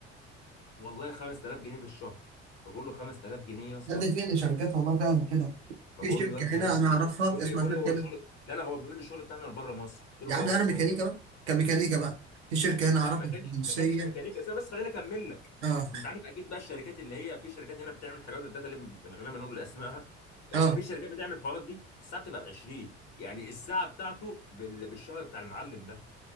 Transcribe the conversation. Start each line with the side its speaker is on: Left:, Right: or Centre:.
Left: والله 5000 جنيه في الشهر فبقول له 5000 جنيه يا اسطى
Right: ده ده فين شركات والله فعلا كده
Left: فبقول
Right: في شركة
Left: له يا نهار
Right: هنا
Left: اسود
Right: أنا أعرفها
Left: بيقول
Right: اسمها
Left: لي بيقول
Right: شركة
Left: لي هو
Right: هنا
Left: شغل لا لا هو بيقول لي الشغل بتاعنا بره مصر قلت له
Right: يا عم
Left: اه
Right: ده أنا
Left: ما
Right: ميكانيكا
Left: هو
Right: بقى كميكانيكا بقى في شركة هنا
Left: لا
Right: أعرفها
Left: ما كانش
Right: في تونسية
Left: ما كانش ميكانيكا بس أنا بس خليني اكمل لك
Right: أه
Left: انت عارف اكيد بقى الشركات اللي هي في شركات هنا بتعمل حاجات الداتا اللي من غير ما نقول اسمائها آه،
Right: أه
Left: في شركات بتعمل الحوارات دي الساعه بتبقى ب 20 يعني الساعه بتاعته بال... بالشهر بتاع المعلم ده